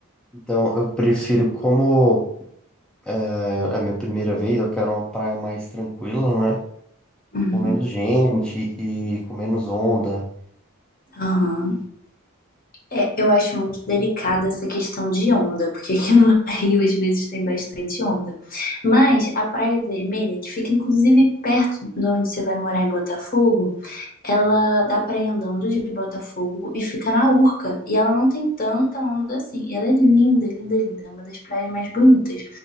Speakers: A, in the centre; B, on the left (about 40°).
A: Então, eu prefiro, como é, é a minha primeira vez, eu quero uma praia mais tranquila, né?
B: Uhum,
A: Com menos gente e com menos onda.
B: aham. É, eu acho muito delicada essa questão de onda, porque aqui no <laughs> Rio às vezes tem bastante onda. Mas a Praia Vermelha, que fica inclusive perto de onde você vai morar em Botafogo, ela dá praia andando de Botafogo e fica na Urca. E ela não tem tanta onda assim. E ela é linda, linda, linda. É uma das praias mais bonitas.